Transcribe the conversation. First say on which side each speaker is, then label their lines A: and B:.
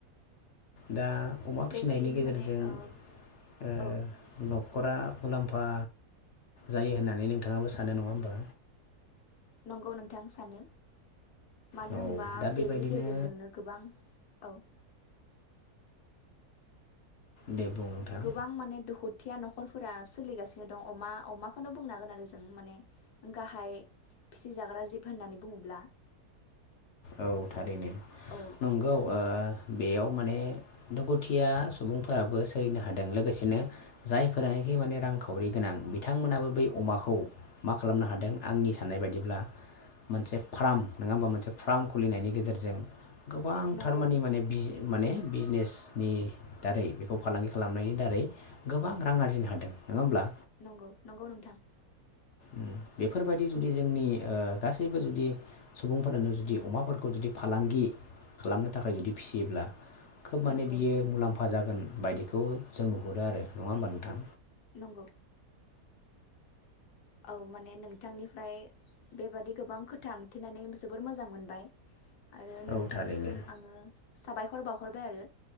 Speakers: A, on the left; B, on the left.
A: दा अमा
B: बेबादिनो
A: फिनायनि गेजेरजों
B: माने
A: ओ
B: ओ औ
A: न'खरा मुलाम्फा जायो होननानै नोंथाङाबो सानो नङा होमबा?
B: नंगौ नोंथां सानो। मानो
A: औ
B: होनबा
A: दा बेबायदिनो
B: बेनि गेजेरजोंनो गोबां औ
A: दे बुं नोंथां
B: गोबां माने दुखुथिया न न'खरफोरा सोलिगासिनो दं अमा अमाखौनो बुंनांगोन आरो जों माने गाहाय फिसिजाग्रा जिब होननानै बुङोब्ला
A: औ थारैनो
B: औ
A: नंगौ ओ बेयाव माने दुखुथिया सुबुंफोराबो सोलिनो हादों लोगोसेनो जायफोरानोखि माने रांखावरि गोनां बिथांमोनाबो बै अमाखौ मा खालामनो हादों आंनि साननाय बायदिब्ला मोनसे फार्म नङा होमबा मोनसे फार्म खुलिनायनि गेजेरजों गोबां
B: नंगौ
A: थारमानिे माने माने बिजनेसनि दारै बेखौ फालांगि खालामनायनि दारै गोबां रां आरजिनो हादों नङा होमब्ला?
B: नंगौ नंगौ नोंथां।
A: ओम बेफोरबादि जुदि जोंनि ओ गासैबो ओ जुदि सुबुंफोरानो जुदि अमाफोरखौ जुदि फालांगि खालामनो थाखाय जुदि फिसियोब्ला खोब माने
B: नंगौ
A: बियो मुलाम्फा जागोन। बायदिखौ जों नुहुरो आरो नङा होमबा नोंथां?
B: नंगौ औ माने नोंथांनिफ्राय बेबादि गोबां खोथा मिथिनानै जोबोर मोजां मोनबाय। आरो
A: औ
B: नोंथांनिसिम
A: थारैनो
B: आङो साबायखर बावह हरबाय आरो।